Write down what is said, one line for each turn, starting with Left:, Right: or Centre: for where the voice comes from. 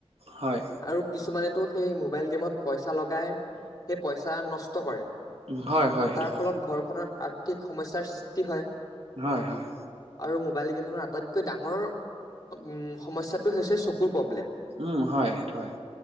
Right: হয়।
Left: আৰু কিছুমানেতো সেই মোবাইল গেমত পইচা লগাই, সেই পইচা নষ্ট কৰে।
Right: উম হয় হয় সেইটো
Left: তাৰ
Right: হয়
Left: ফলত ঘৰখনত আৰ্থিক সমস্যাৰ সৃষ্টি হয়।
Right: হয় হয়
Left: আৰু মোবাইল গেমিঙৰ আটাইতকৈ ডাঙৰ উম সমস্যাটোৱে হৈছে চকুৰ প্ৰব্লেম।
Right: উম হয়, সেইটো হয়।